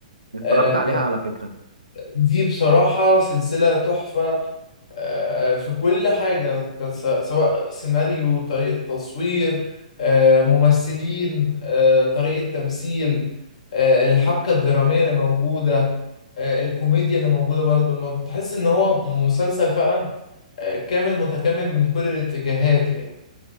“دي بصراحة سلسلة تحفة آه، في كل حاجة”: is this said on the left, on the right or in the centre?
Left